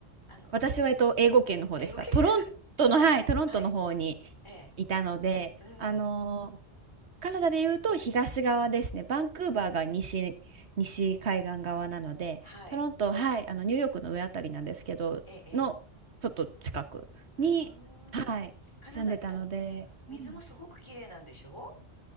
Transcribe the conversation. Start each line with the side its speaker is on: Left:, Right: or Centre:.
Left: あの、
Right: 私は、
Left: ど、
Right: えっと、英語圏の方でした。
Left: 英語圏
Right: トロントの、
Left: <laughs>
Right: はい、トロントの方に
Left: はい。ええ
Right: いたので、
Left: うん。
Right: あのーカナダで言うと東側ですね。バンクーバーが西、西海岸側なので、
Left: はい。
Right: トロント、はい、あの、ニューヨークの上あたりなんですけど、
Left: えええ
Right: の、ちょっと近くに、
Left: えうーん。
Right: はい、
Left: カナダってあの、
Right: 住んでたので、
Left: 水もすごく綺麗なんでしょ
Right: うん